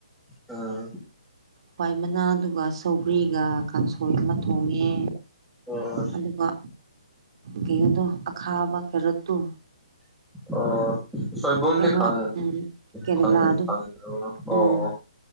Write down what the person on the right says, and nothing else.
ꯄꯏ ꯃꯅꯥ ꯑꯗꯨꯒ ꯁꯧꯒ꯭ꯔꯤꯒ ꯀꯥꯡꯁꯣꯏ ꯑꯃ ꯊꯣꯡꯉꯦ
ꯑꯗꯨꯒ ꯀꯩꯅꯣꯗꯣ ꯑꯈꯥꯕ ꯀꯦꯔꯠꯇꯨ
ꯀꯩꯅꯣ
ꯎꯝ ꯀꯦꯔꯦꯂꯥꯗꯨ
ꯎꯝ